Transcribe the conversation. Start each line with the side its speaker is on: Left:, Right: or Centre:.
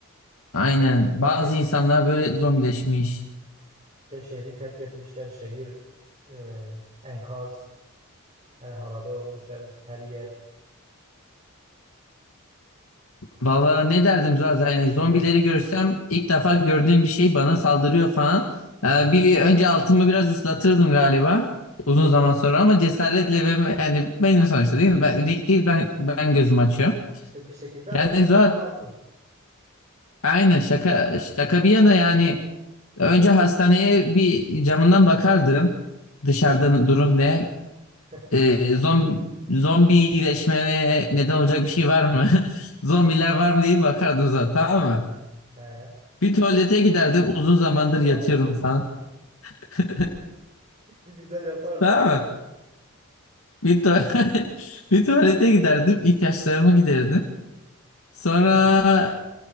Left: aynen
Right: e, herkes
Left: bazı insanlar böyle
Right: heh,
Left: zombileşmiş.
Right: işte şehri terk etmişler. Şehir e, enkaz, e, harabe olmuş her, her yer.
Left: Valla ne derdim zaten yani
Right: <laughs>
Left: zombileri görsem ilk defa gördüğüm bir şey bana saldırıyor falan.
Right: He,
Left: Ee, bir önce altımı biraz ıslatırdım galiba uzun zaman sonra ama cesaretle ve yani benim sonuçta değil mi? Ben, Rick değil ben ben gözüm açıyorum.
Right: İşte bir şekilde
Left: Yani
Right: hayatta
Left: Zuhat
Right: kalman lazım.
Left: Aynen şaka şaka bir yana yani önce hastaneye bir camından bakardım dışarıda
Right: He,
Left: durum ne
Right: <laughs>
Left: ee, zombi zombileşmeye neden olacak bir şey var mı <laughs> zombiler var mı diye bir bakardım zaten tamam mı
Right: he.
Left: bir tuvalete giderdim uzun zamandır
Right: <laughs>
Left: yatıyorum falan <laughs>
Right: Bir güzel yapardın.
Left: tamam mı bir, tu- <laughs> bir tuvalete giderdim ihtiyaçlarımı giderdim sonra
Right: He,